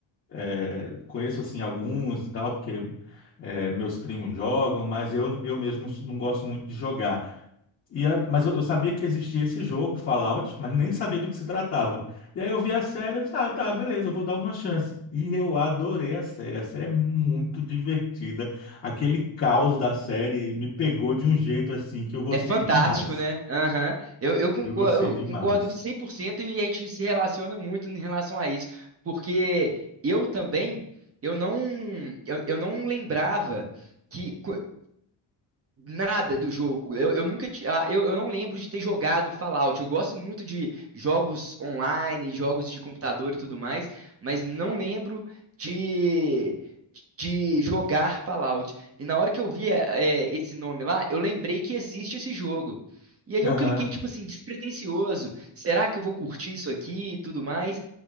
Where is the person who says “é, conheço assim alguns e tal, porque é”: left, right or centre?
Left